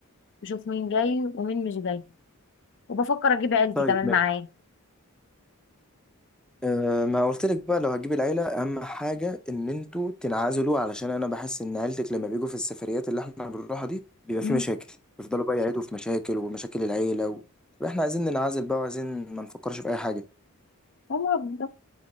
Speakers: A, on the left (about 55°); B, in the centre.
A: وشوف مين جاي ومين مش جاي وبفكر أجيب عيلتي
B: طيب
A: كمان
B: ماشي.
A: معايا
B: أه ما قلت لك بقى لو هتجيب العيلة أهم حاجة إن أنتوا تنعزلوا علشان أنا بحس إن عيلتك لما بيجوا في السفريات اللي إحنا بنروحها دي بيبقى
A: هم
B: في مشاكل بيفضلوا بقى يعيدوا في مشاكل ومشاكل العيلة و... طب إحنا عايزين ننعزل بقى وعايزين ما نفكرش في أي حاجة
A: هم